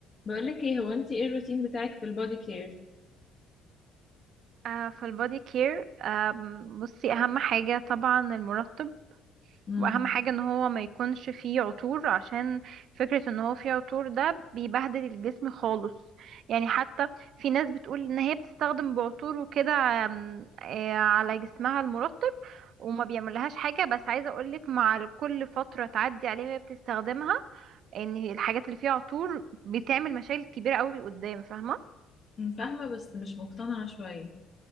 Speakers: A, on the left; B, on the right.
A: بقولك ايه هو انت ايه الروتين بتاعك في البودي كير
B: آه، في البودي كير آم، بصي اهم حاجة طبعا المرطب
A: امم
B: واهم حاجة ان هو ما يكونش فيه عطور عشان فكرة ان هو فيه عطور ده بيبهدل الجسم خالص يعني حتى في ناس بتقول ان هي بتستخدم بعطور وكده آم، آه، على جسمها المرطب وما بيعملهاش حاجة بس عايزة اقولك مع كل فترة تعدي عليها وهي بتستخدمها ان الحاجات اللي فيها عطور بتعمل مشاكل كبيرة قوي قدام فاهمة
A: فاهمة بس مش مقتنعة شوية